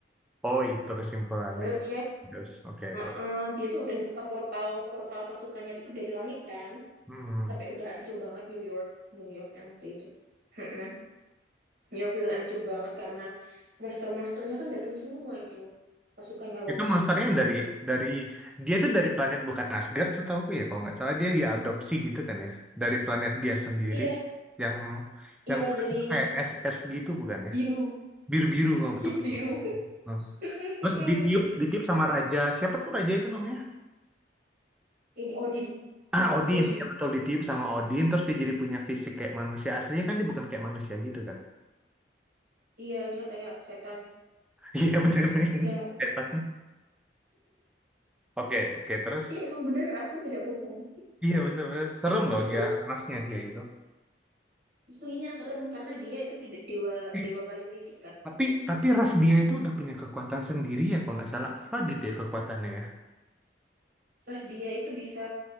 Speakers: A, in the centre; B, on the right.
A: Oh itu kesimpulannya.
B: Padahal dia
A: Terus. Oke
B: Heeh,
A: terus.
B: dia tuh udah buka portal portal pasukannya tuh dari langit kan,
A: Hmm.
B: sampai udah hancur banget New York, New York kan waktu itu. Heeh. New York udah hancur banget karena monster-monsternya kan datang semua itu pasukannya Loki.
A: Itu monsternya yang dari dari dia tuh dari planet bukan Asgard setahuku ya kalau nggak salah dia diadopsi gitu kan ya dari planet dia sendiri
B: Iya,
A: yang yang
B: iya
A: orang
B: dari
A: itu kayak SS gitu bukan ya
B: biru,
A: biru-biru nggak betul-betul.
B: <laughs> yang biru.
A: Nah,
B: <laughs>
A: Terus ditiup ditiup sama
B: Apa
A: raja siapa tuh raja itu namanya? <clears throat>
B: ini Odin,
A: Ah Odin
B: Odin.
A: ya betul ditiup sama Odin terus dia jadi punya fisik kayak manusia aslinya kan dia bukan kayak manusia gitu kan?
B: Iya, dia kayak setan
A: <laughs> Iya bener <laughs>
B: yang
A: Setan. Oke oke terus
B: Ih, emang bener aku tidak bohong.
A: iya bener-bener serem
B: Di
A: loh
B: situ
A: dia rasnya dia itu.
B: aslinya serem karena dia itu di- dewa
A: <laughs>
B: dewa paling licik kan.
A: Tapi tapi ras dia itu udah punya kekuatan sendiri ya kalau nggak salah apa gitu ya kekuatannya ya.
B: Terus dia itu bisa